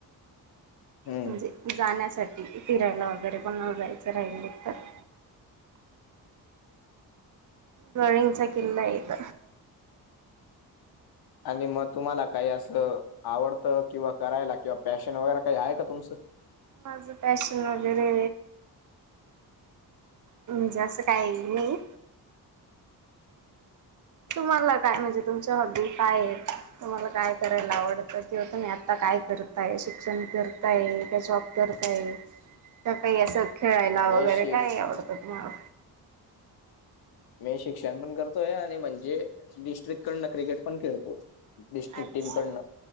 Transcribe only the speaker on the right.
म्हणजे जाण्यासाठी फिरायला वगैरे पण जायचं राहिल तर ड्रॉळींगचाकिल येत.
माझं पॅशन वगैरे म्हणजे असं काही नाही. तुम्हाला काय म्हणजे तुमच्या हॉबी काय आहेत. त मला काय करायला आवडत तेवत मी आता काय करताय शिक्षण करताय त्याच्या तर काही तर काही असं खेळायला
वगैरे
काय आवडतं मला
अच्छा.